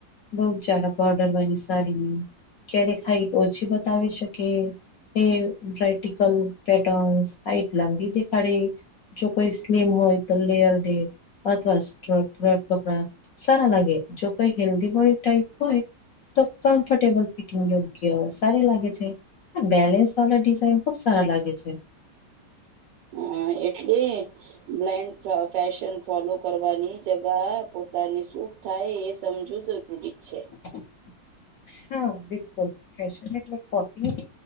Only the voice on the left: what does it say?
બઉ જાડા બોર્ડર વાળી સાડી ક્યારેક હાઈટ ઓછી બતાવી શકે એ વર્ટિકલ પેટર્નસ હાઇટ લાંબી દેખાડે. જો કોઈ સ્લિમ હોય તો લેયર ડેટ અથવા જોરજટ કપડા સારા લાગે જો કઈ હેલ્ધી બોડી ટાઈપ હોય તો કમ્ફર્ટેબલ ફિટિંગ યોગ્ય સારી લાગે છે. બેલેન્સ વાળા ડિઝાઇન ખુબ સારા લાગે છે.
<unintelligible> હા બિલકુલ ફેશન ને કોપી